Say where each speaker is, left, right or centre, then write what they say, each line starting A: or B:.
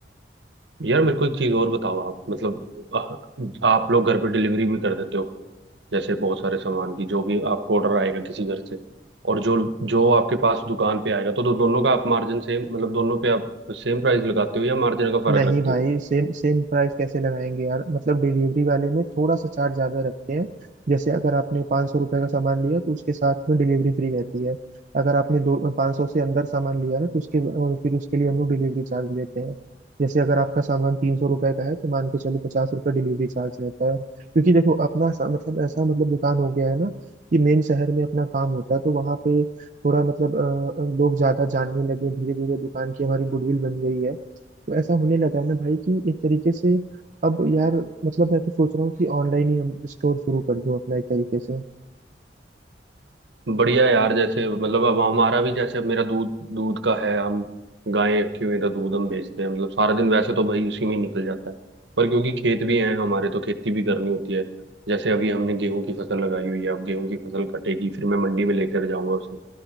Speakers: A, on the right; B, on the right.
A: यार मेरे को एक चीज और बताओ आप मतलब अह, आप लोग घर पे डिलीवरी भी कर देते हो जैसे बहुत सारे सामान की जो भी आपको ऑर्डर आएगा किसी घर से और जो जो आपके पास दुकान पे आएगा तो दो, दोनों का आप मार्जिन सेम मतलब दोनों पे आप सेम प्राइस लगाते हो या मार्जिन का फर्क
B: नहीं
A: रखते
B: भाई
A: हो
B: सेम सेम प्राइस कैसे लगाएंगे यार मतलब डिलीवरी वाले में थोड़ा सा चार्ज ज्यादा रखते हैं जैसे अगर आपने 500 सौ रुपये का सामान लिया तो उसके साथ में डिलीवरी फ्री रहती है अगर आपने दो 500 सौ से अंदर सामान लिया ना तो उसके अ, फिर उसके लिए हम लोग डिलीवरी चार्ज लेते हैं जैसे अगर आपका सामान तीन सौ रुपये का है तो मान के चलो पचास रुपये डिलीवरी चार्ज रहता है क्योंकि देखो अपना सा, मतलब ऐसा मतलब दुकान हो गया है ना कि मेन शहर में अपना काम होता है तो वहाँ पे थोड़ा मतलब अ, लोग ज्यादा जानने लगे धीरे धीरे दुकान की हमारी गुडविल बन गई है तो ऐसा होने लगा है ना भाई कि एक तरीके से अब यार मतलब मैं तो सोच रहा हूँ कि ऑनलाइन ही हम स्टोर शुरू कर दूं अपना एक तरीके से
A: बढ़िया यार जैसे मतलब अब हमारा भी जैसे अब मेरा दूध दूध का है हम गायें रखी हुई हैं तो दूध हम बेचते हैं मतलब सारा दिन वैसे तो भाई उसी में ही निकल जाता है पर क्योंकि खेत भी हैं हमारे तो खेती भी करनी होती है जैसे अभी हमने गेहूं की फसल लगाई हुई है अब गेहूं की फसल कटेगी फिर मैं मंडी में लेकर जाऊंगा उसे